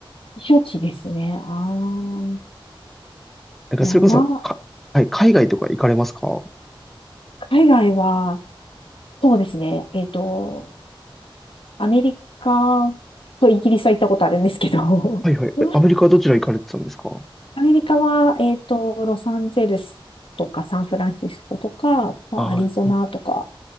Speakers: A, on the left (about 70°); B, in the centre.
A: 避暑地ですね。ああ。
B: なんかそれこそ、
A: いや、な、
B: か、はい、海外とか行かれますか
A: 海外は、そうですね。えっと、アメリカとイギリスは行ったことあるんですけど、
B: はいはい。
A: <laughs>
B: えアメリカはどちら行かれてたんですか
A: アメリカは、えっと、ロサンゼルスとかサンフランシスコとか、まあアリゾナとか、
B: ああー、うん